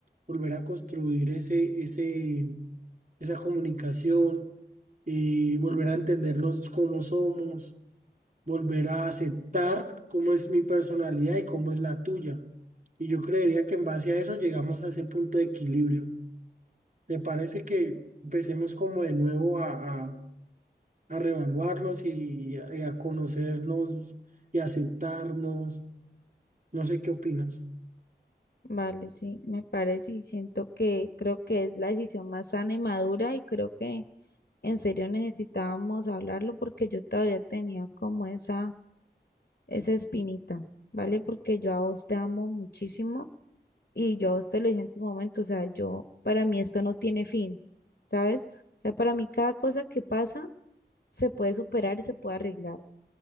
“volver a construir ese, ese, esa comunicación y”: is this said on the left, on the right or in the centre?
Right